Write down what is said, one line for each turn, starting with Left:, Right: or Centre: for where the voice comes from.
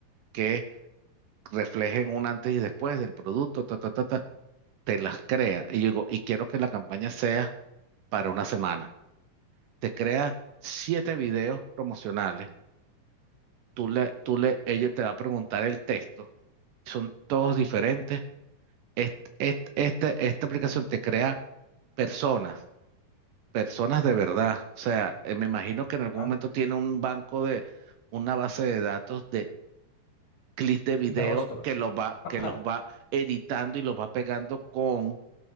Right: que reflejen un antes y después del producto, ta, ta, ta, ta, te las crea. Y yo digo, y quiero que la campaña sea para una semana te crea siete videos promocionales. Tú le, tú le, ella te va a preguntar el texto. Son todos diferentes. Est- est- este- esta aplicación te crea personas, personas de verdad. O sea, eh, me imagino que en algún
Left: Ah,
Right: momento tiene un banco de una base de datos de clips de video
Left: de rostros.
Right: que los va,
Left: Ajá,
Right: que los va editando y los va pegando con,